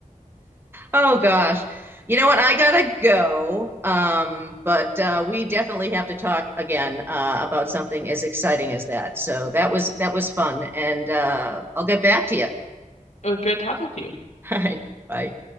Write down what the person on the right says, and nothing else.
Oh gosh, you know what? I gotta go. Um, but uh, we definitely have to talk again uh, about something as exciting as that. So that was that was fun, and uh, I'll get back to you. <laughs>
All right, bye.